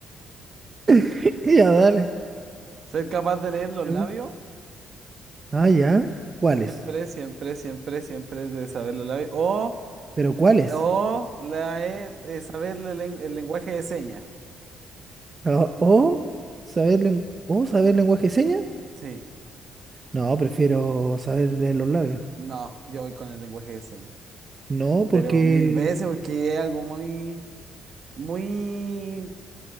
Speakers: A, on the right (about 25°); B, on the right (about 50°).
A: <laughs> Ya, dale.
B: Ser capaz de leer los
A: ¿Eh?
B: labios.
A: Ah, ya. ¿Cuáles?
B: Siempre, siempre, siempre, siempre de saber los labios. O,
A: ¿Pero cuáles?
B: o la, eh, eh, saber el, len- el lenguaje de señas.
A: ¿O, o saber lengu o saber lenguaje de señas?
B: Sí.
A: No, prefiero saber leer los labios.
B: No, yo voy con el lenguaje de señas.
A: No, porque...
B: Pero mil veces, porque es algo muy, muy,